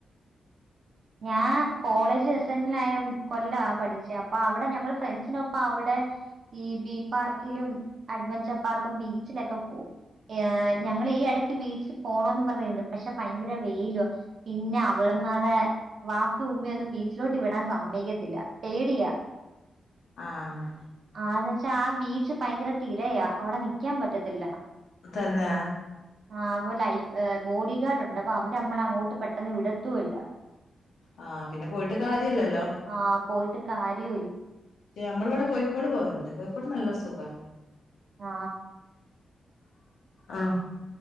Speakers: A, on the right; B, on the left.
A: ഞാൻ കോളേജ്സനിലായ കൊല്ലം പഠിച്ച അപ്പൊ അവിടെ ഞങ്ങള് ഫ്രണ്ട്സിനൊപ്പം അവിടെ ഈ ബീ പാർക്കിലും അഡ്വെഞ്ചർ പാർക്കും ബീച്ചിലൊക്കെ പോവും ഞങ്ങ ഈ ഇടക്ക് ബീച്ചിൽ പോണന്ന് പറയരുന്നു പക്ഷെ ഭയങ്കര വെയില പിന്നെ അവളമാറെ വാപ്പ ഉമ്മയൊന്നും ബീച്ചിലോട്ട് വിടാൻ സമ്മക്കത്തില്ല പേടിയാ
B: ആഹ്
A: ആന്ന് വെച്ചാ ആ ബീച്ച് ഭയങ്കര തിരയാ അവിടെ നിക്കാൻ പറ്റത്തില്ല
B: തന്നെ
A: ആ ലൈഫ് ബോഡി ഗാർഡുണ്ട് അപ്പൊ അവര് നമ്മള അങ്ങോട്ട് പെട്ടെന്ന് വിടത്തൂല്ല
B: ആ പിന്നെ പോയിട്ട് കാര്യല്ലല്ലോ
A: ആ പോയിട്ട് കാര്യമില്ല
B: ദേ ഞമ്മൾ ഇവിടെ കോഴിക്കോട് പോവല്ണ്ട്. കോഴിക്കോട് നല്ല സുഖാ
A: ആ
B: ആഹ്